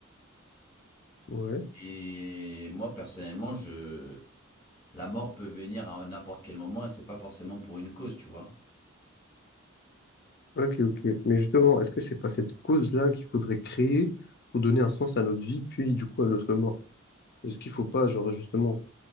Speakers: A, on the left; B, on the left.
A: ouais.
B: Et moi, personnellement, je... la mort peut venir à n'importe quel moment et c'est pas forcément pour une cause, tu vois.
A: Ok, ok. Mais justement, est-ce que c'est pas cette cause-là qu'il faudrait créer pour donner un sens à notre vie, puis du coup à notre mort? Est-ce qu'il faut pas, genre justement,